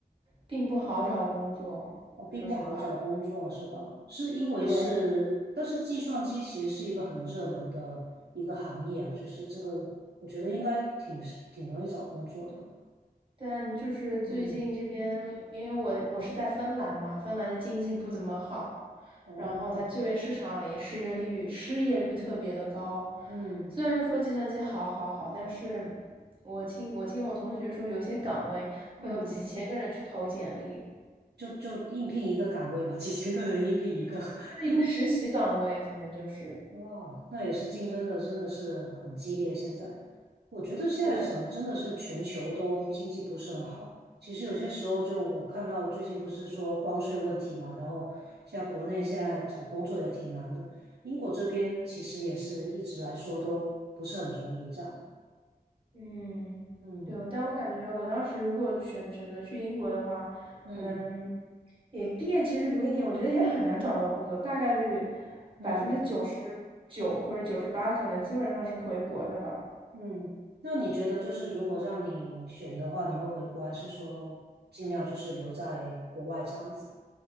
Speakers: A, on the right (about 30°); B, on the right (about 85°).
A: 并不好找工作，
B: 我并不好找工作是吧？
A: 说实话。
B: 是因为是，
A: 对，
B: 但是计算机其实是一个很热门的一个行业啊，就是这个，我觉得应该挺挺容易找工作的。
A: 但就是最近这边，
B: 嗯
A: 因为我我是在芬兰嘛，芬兰的经济不怎么好，
B: 嗯，哦，
A: 然后它就业市场也失业率失业率特别的高。
B: 嗯
A: 虽然说计算机好好好，但是我听我听我同学说，有些岗位会有几千个人去投简历，
B: 嗯，
A: 就
B: 就就应聘一个岗位嘛，几千个人应聘一个。<laughs>
A: 是一个实习岗位，可能就是。
B: 哇，那也是竞争的，真的是很激烈。现在，我觉得现在整真的是全球都经济不是很好。
A: 对。
B: 其实有些时候，就我看到最近不是说关税问题嘛，然后现在国内现在找工作也挺难的。英国这边其实也是一直来说都不是很容易这样。
A: 嗯，
B: 嗯
A: 对，但我感觉我当时如果选选择去英国的话，
B: 嗯
A: 可能也毕业其实读一年，我觉得也很难找到工作，大概率
B: 嗯
A: 百分之九十九或者九十八，可能基本上是回国的吧。
B: 嗯。那你觉得就是如果让你选的话，你会回国还是说尽量就是留在国外这样子？